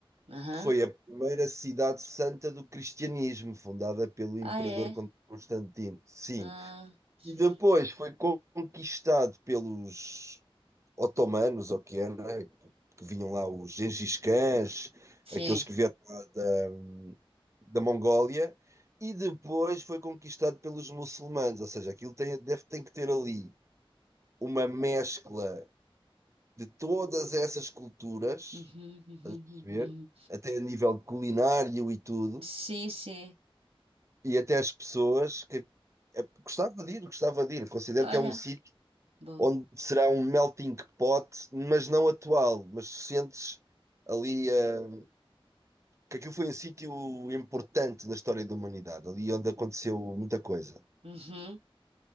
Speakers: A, on the right; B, on the right.
A: Aham.
B: que foi a primeira cidade santa do cristianismo, fundada pelo
A: Ah,
B: imperador
A: é?
B: Constantino. Sim.
A: Ah, giro.
B: E depois foi conquistado pelos otomanos, ou que era, que vinham lá os Gengis Khans,
A: Sim.
B: aqueles que vieram lá da, da Mongólia, e depois foi conquistado pelos muçulmanos, ou seja, aquilo tem, deve, tem que ter ali uma mescla de todas essas culturas,
A: Uhum, uhum,
B: perceber?
A: uhum. uhum.
B: Até a nível de culinário e tudo,
A: Sim, sim.
B: e até as pessoas que é, gostava de ir, gostava de ir. Considero
A: Olha,
B: que é um sítio
A: boa.
B: onde será um melting pot, mas não atual, mas sentes ali eh, que aquilo foi um sítio importante na história da humanidade, ali onde aconteceu muita coisa
A: Uhum.